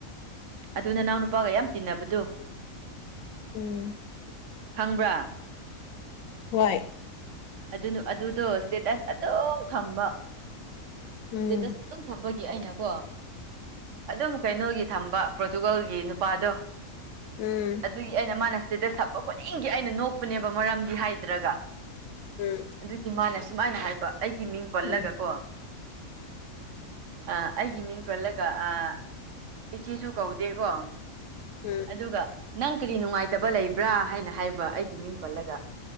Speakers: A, on the right; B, on the left.
A: ꯑꯗꯨ ꯅꯅꯥꯎ ꯅꯨꯄꯥꯒ ꯌꯥꯝ ꯇꯤꯟꯅꯕꯗꯣ
B: ꯎꯝ
A: ꯈꯪꯕ꯭ꯔꯥ
B: ꯍꯣꯏ
A: ꯑꯗꯨ ꯅꯨ ꯑꯗꯨꯗꯣ ꯏꯁꯇꯦꯇꯁ ꯑꯗꯨꯝ ꯊꯝꯕ
B: ꯎꯝ
A: ꯏꯁꯇꯦꯇꯁ ꯑꯗꯨꯝ ꯊꯝꯕꯒꯤ ꯑꯩꯅꯀꯣ ꯑꯗꯨꯝ ꯀꯩꯅꯣꯒꯤ ꯊꯝꯕ ꯄ꯭ꯔꯣꯇꯨꯒꯜꯒꯤ ꯅꯨꯄꯥꯗꯣ
B: ꯎꯝ
A: ꯑꯗꯨꯒꯤ ꯑꯩꯅ ꯃꯥꯅ ꯏꯁꯇꯦꯇꯁ ꯊꯝꯕ ꯈꯨꯗꯤꯡꯒꯤ ꯑꯩꯅ ꯅꯣꯛꯄꯅꯦꯕ ꯃꯔꯝꯗꯤ ꯍꯥꯏꯗ꯭ꯔꯒ
B: ꯎꯝ
A: ꯑꯗꯨꯒꯤ ꯃꯥꯅ ꯁꯨꯃꯥꯏꯅ ꯍꯥꯏꯕ ꯑꯩꯒꯤ ꯃꯤꯡ ꯄꯜꯂꯒ
B: ꯎꯝ
A: ꯀꯣ ꯑꯥ ꯑꯩꯒꯤ ꯃꯤꯡ ꯄꯜꯂꯒ ꯑꯥ ꯏꯆꯦꯁꯨ ꯀꯧꯗꯦꯀꯣ
B: ꯎꯝ
A: ꯑꯗꯨꯒ ꯅꯪ ꯀꯔꯤ ꯅꯨꯡꯉꯥꯏꯇꯕ ꯂꯩꯕ꯭ꯔꯥ ꯍꯥꯏꯅ ꯍꯥꯏꯕ ꯑꯩꯒꯤ ꯃꯤꯡ ꯄꯜꯂꯒ